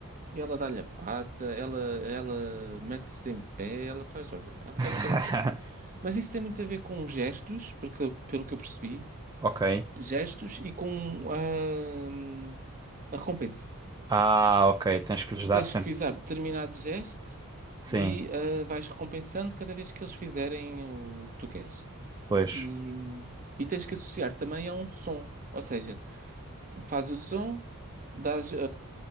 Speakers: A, on the right; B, on the right.
A: e ela dá-lhe a pata, ela, ela mete-se em pé, ela faz, olha, ela
B: <laughs>
A: faz o que ela quer. Mas isso tem muito a ver com gestos, porque, pelo que eu percebi,
B: Ok.
A: gestos e com ah, a recompensa.
B: Ah, ok. Tens que lhes
A: tu
B: dar
A: tens
B: sempre.
A: que fizer determinado gesto
B: Sim,
A: e ah, vais recompensando cada vez que eles fizerem o que tu queres.
B: pois.
A: E, e tens que associar também a um som. Ou seja, faz o som, dás, ah,